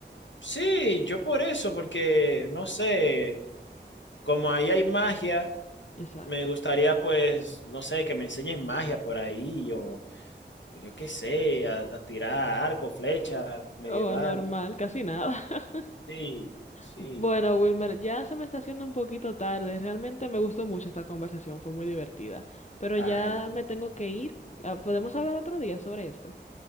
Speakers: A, on the left; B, on the left.
A: Sí, yo por eso, porque, no sé, como ahí hay magia,
B: Exacto.
A: me gustaría, pues, no sé, que me enseñen magia por ahí, o, o yo qué sé, a, a tirar arco, flecha medieval.
B: Oh, normal, casi nada. <laughs>
A: Sí, sí.
B: Bueno, Wilmer, ya se me está haciendo un poquito tarde. Realmente me gustó mucho esta conversación, fue muy divertida. Pero
A: Ay,
B: ya me tengo que ir. Ah, Podemos hablar otro día sobre esto.